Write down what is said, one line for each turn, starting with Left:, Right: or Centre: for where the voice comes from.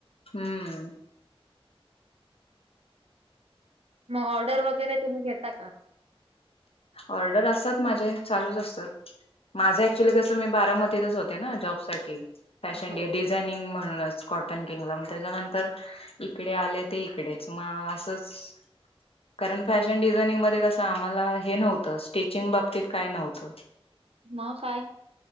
Left: हम्म
Right: मग ऑर्डर वगैरे तुम्ही घेता का?
Left: ऑर्डर असतात माझे चालूच असतात. माझ ऍक्च्युली कस तुम्ही बारामतीतच होते ना जॉब साठी. फॅशन
Right: हो
Left: डे डिझानिंग
Right: का
Left: म्हणूनच काॅट केंगला मग त्याच्यानंतर इकडे आले ते इकडेच. मग असच कारण, फॅशन डिझाइनिंग मध्ये कस आम्हाला हे नव्हत स्टिचिंग बाबतीत काय नव्हत.
Right: म काय